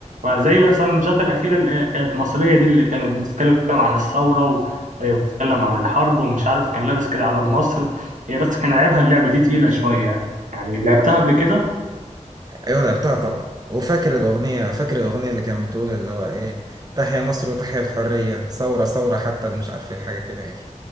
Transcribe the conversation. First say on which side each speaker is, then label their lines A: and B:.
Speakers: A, on the right; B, on the right.
A: زي مثلا الجاتا الأخيرة اللي هي كانت مصرية دي اللي كانت بتتكلم عن الثورة و- وبتتكلم عن الحرب ومش عارف كان لابس كده على مصر هي بس كان عيبها اللعبة دي تقيلة شوية يعني يعني لعبتها قبل كده
B: ايوه لعبتها طبعا وفاكر الأغنية فاكر الأغنية اللي كانت بتقول اللي هو ايه تحيا مصر وتحيا الحرية ثورة ثورة حتى مش عارف ايه حاجة كده يعني.